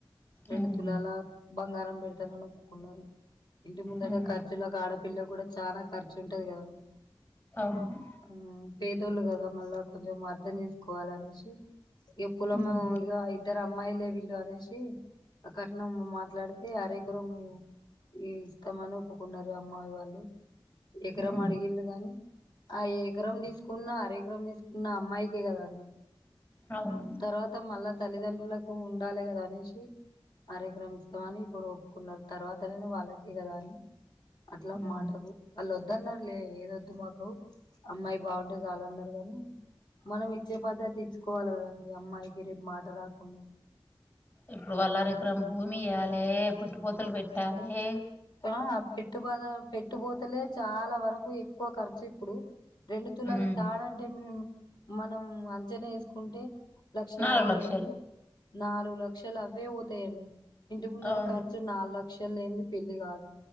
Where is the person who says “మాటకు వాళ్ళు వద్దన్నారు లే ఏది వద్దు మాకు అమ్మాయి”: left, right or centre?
Left